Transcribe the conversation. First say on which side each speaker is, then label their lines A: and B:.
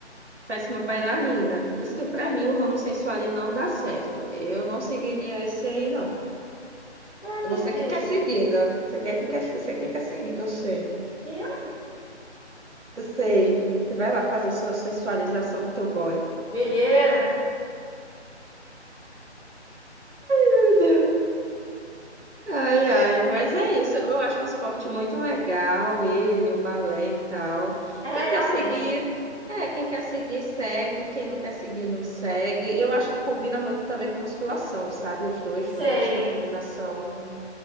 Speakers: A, on the right; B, in the centre.
A: Parece uma bailarina. Por isso que, pra mim, o ramo sensual ele não dá certo. Eu não seguiria esse aí, não.
B: É,
A: É
B: minha
A: Você
B: filha.
A: que quer seguir, ó. Você quer que quer, você que quer seguir, que eu sei.
B: E eu?
A: Eu sei. Você vai lá fazer sua sensualização pro teu boy.
B: Menina,
A: Meu Deus. Ai, ai, mas é isso. Eu acho o esporte muito legal, ele, o balé e tal.
B: é legal
A: Quem quer seguir,
B: mesmo.
A: é, quem quer seguir, segue. Quem não quer seguir, não segue. Eu acho que combina muito também com musculação, sabe? Os dois
B: Sei.
A: juntos, acho que é uma combinação